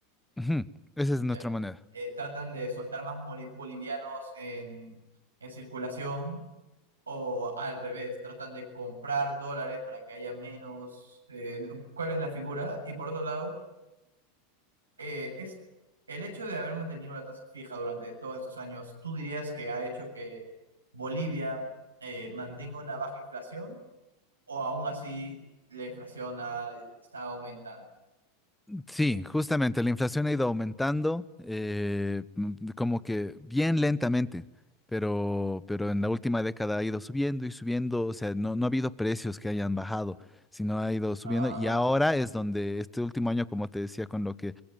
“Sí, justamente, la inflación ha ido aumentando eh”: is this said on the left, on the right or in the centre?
Centre